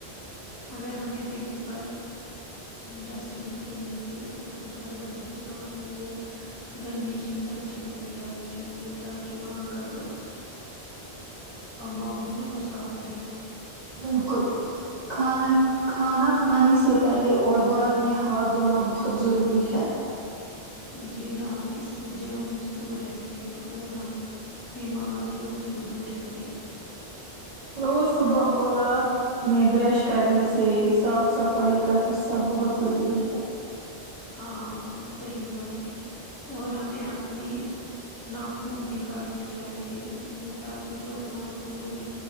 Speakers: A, on the left; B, on the right.
A: اگر ہمیں کہیں پر ڈسٹ بن کے نیچے اگر کچھ گندا دکھے تو ہمیں وہ گندی چیز ڈسٹ بین میں ڈال لی چاہیے تاکہ وہاں کا جو ماحول ہے وہ صاف رہے
B: بالکل کھانے کھانا کھانے سے پہلے اور بعد میں ہاتھ دھونا بہت ضروری ہے
A: جی ہاں اس سے جامز دور رہتے ہے اور ہم بیماریوں سے بھی دور رہتے ہے
B: روز صبح اور رات میں برش کرنے سے صاف صفائی کا حصہ بہت ضروری ہے
A: ہاں صحیح بات ہے اور ہمیں اپنی ناخون بھی کاٹنے چاہیے تاکی جو ناخونوں میں